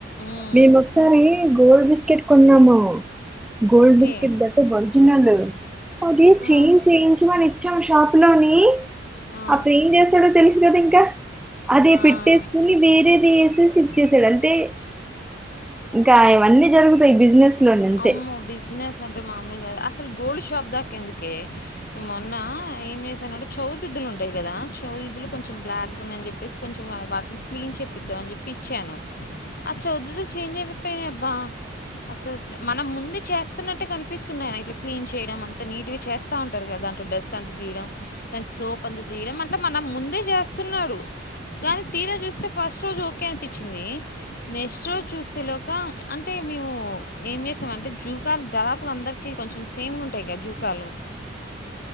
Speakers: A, on the left; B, in the centre.
A: ఉమ్,
B: మేము ఒకసారి
A: ఉమ్,
B: గోల్డ్ బిస్కెట్ కొన్నాము గోల్డ్
A: ఓకే
B: బిస్కెట్ దాట ఒరిజినల్ అది చ
A: ఆ,
B: చేన్ంచ మ వచ్చాం షాపు లోని
A: ఆ,
B: అప్పుడు ఏం చేశాడో తెలుసు కదా ఇంకా అదే
A: ఆ.
B: పెట్టే స్కని వేరే కేసెస్ ఇచ్చేసి వెళ్తే ఇంకా ఇవన్నీ జరుగుతాయి బిజినెస్ లోని అంతే
A: అమ్మ బిజినెస్ అంటే అే మామూలుగాదదు అసలు గోల్డ్ షాప్ దాకా ఎందుకే ఈ మొన్న ఏం చేశానంటే చవితిద్దులు ఉంటాయి కదా చోలు కొంచం బ్లాక్గా ఉయని చెప్పి చెప్పేసి కొంచెం వాటిని క్లీన్ చెపిద్దాం అని చెప్పి ఇచ్చాను ఆ చదుదు చేంజ్ అయిపోయినాయి అబ్బా అసెస మనం ముందు చేస్తున్నట్టే కనిపిస్తున్నాయి ఇట్లా క్లీన్ చేయడం అ త నీగా చేస్తా ఉంటారు కదాట్ డ్రస్ స్ంత తీడం తనికి సోప్ అంత త తీడం మ అట్లా మన ముందే చేస్తున్నాడు కానీ తీరా చూస్తే ఫస్ట్ రోజు ఓకే అనిపించింది నెక్స్ట్ రోజు చూస్తేలోక అంటే మేము ఏం చేసామ అంటే జూకాలు దాదాపుగా అందరికి కొంచెం సేమ్ ఉంటాయి కదా జూకాలు